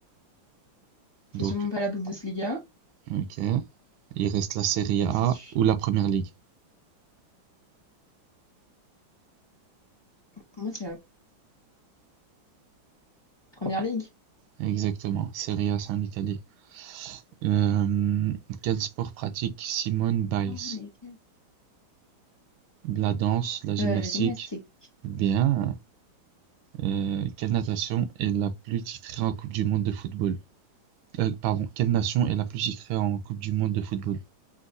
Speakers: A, on the left; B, on the right.
A: C'est
B: Donc,
A: sûrement pas la Bundesliga.
B: ok. Il reste la Serie A
A: C'est su-
B: ou la Première Ligue.
A: Pour moi, c'est la première ligue.
B: Exactement. Serie A, c'est en Italie. Euh, quel sport pratique Simone Biles?
A: Oh, mais quel-
B: La danse, la gymnastique.
A: Euh, la gymnastique.
B: Bien. Euh, quelle natation est la plus titrée en Coupe du Monde de football? Euh, pardon, quelle nation est la plus titrée en Coupe du monde de football?